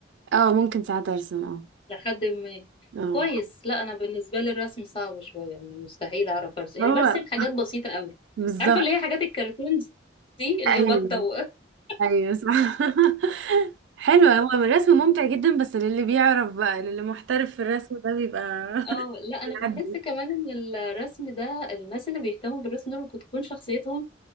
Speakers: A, on the right; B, on the left.
A: اه ممكن ساعات ارسم اه
B: لحد ما
A: اه
B: كويس لا انا بالنسبه لي الرسم صعب شويه يعني مستحيل اعرف ارسم يعني
A: هو
B: برسم حاجات بسيطه قوي
A: بالظبط
B: عارفه اللي هي حاجات الكرتون دي اللي
A: ايوه
B: هي بطه و... <laughs>
A: ايوه صح <laughs> حلو هو الرسم ممتع جدا بس للي بيعرف بقى للي محترف في الرسم ده بيبقى
B: اه
A: <laughs>
B: لا انا
A: بيعدي
B: بحس كمان ان الرسم ده الناس اللي بيهتموا بالرسم دول ممكن تكون شخصيتهم